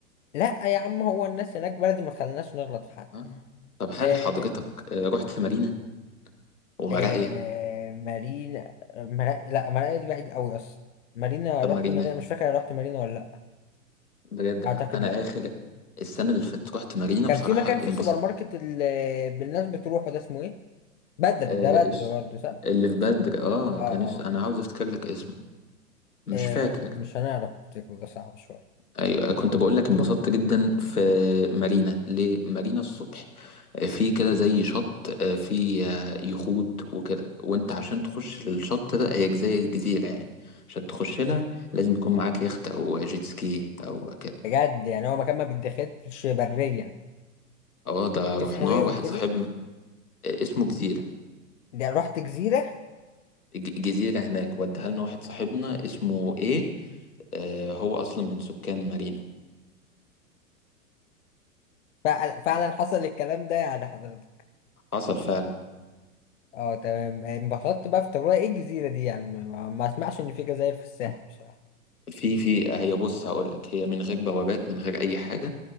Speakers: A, on the left; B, on the left.
A: لا يا عم هو الناس هناك بلدي ما تخليناش نغلط في حد
B: ها؟ طب هل
A: آه،
B: حضرتك آه، رحت مارينا ومراقية
A: آه مارينا مرا... لا مارينا دي بعيد قوي اصلا مارينا
B: طب
A: رحت
B: مارينا
A: مارينا مش فاكر أنا رحت مارينا ولا لا
B: بجد
A: اعتقد
B: أنا
A: لا
B: آخر السنة اللي فاتت رحت مارينا
A: كان
B: بصراحة
A: في مكان في
B: انبسط
A: سوبر ماركت اللي بالناس بتروحه ده اسمه ايه بدر
B: آه،
A: ده بدر
B: إيش
A: برضه صح
B: اللي في بدر اه
A: اه
B: كان اسمه
A: اه
B: أنا عاوز أفتكر لك اسمه مش
A: آه،
B: فاكر
A: مش هنعرف نفتكره ده صعب شويه
B: ايوه كنت بقول لك انبسطت جدا في مارينا ليه مارينا الصبح آه، في كده زي شط آه، في آه، يخوت وكده وانت عشان تخش للشط ده هي زي الجزيره يعني عشان تخش لها لازم يكون معاك يخت او جيت سكي او كده
A: بجد يعني هو مكان ما بيتدخلش بريا
B: اه ده رحناه
A: اسمه ايه
B: واحد
A: قلت لي
B: صاحبنا آه، اسمه جزيره
A: ده رحت جزيره
B: ج- جزيره هناك وديها لنا واحد صاحبنا اسمه ايه آه، هو اصلا من سكان مارينا
A: فعلا فعلا حصل الكلام ده يعني حضرتك
B: حصل فعلا
A: اه تمام انبسطت بقى في تجربة ايه الجزيره دي يعني ما, ما ما اسمعش ان في جزائر في الساحل بصراحه
B: في في هي بص هقول لك هي من غير بوابات من غير اي حاجه